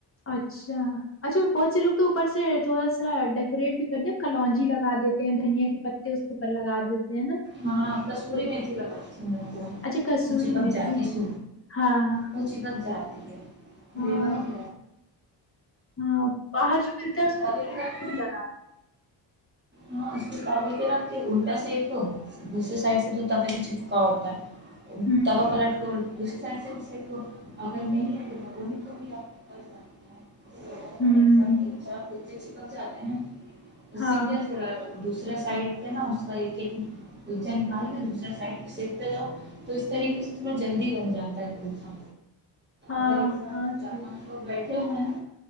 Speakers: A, on the left; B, on the right.
A: اچھا اچھا بہت سے لوگ تو اوپر سے تھوڑا سا ڈیکوریٹ بھی کر د کلونجی لگا دیتے ہیں دھنیا کے پتے اس کے پرر لگا دیتے ہیں نا
B: ہاں کسور
A: تو
B: میںھی لگی تھی
A: اچھا کسوری
B: اونچی پک
A: میتھی
B: جاتی س
A: ہاں
B: اونچی پک جات جٹھ ہے
A: ہاں
B: دوا بھی
A: ہاں باہر جو ملتا ہے اس میں
B: توے
A: تو
B: پہ رکھ
A: لگا
B: ہاں اس کا بھی پ را کہ الٹا سح تو دوسری سائڈ سے توتا پ بھی چپکا ہوتا ہے
A: ہوں
B: دا پلٹ دوسری سائڈ سے کے کو اگر نہیں تو تو انیں کو بھی آپ کر سکتے ہیں
A: ہوں
B: پچ <unintelligible> ل جاتے ہیں اس
A: ہاں
B: سید دیا سے دوسرے سائڈ سے نا اس کا ایک ایک تچا نکال کے دوسرا سائڈ سکتا جاؤ تو اس طریقے سے تھوڑا جلدی بن جاتا ہے تلچا
A: ہاں
B: ب
A: ہاں صحیح
B: ا ہو ہے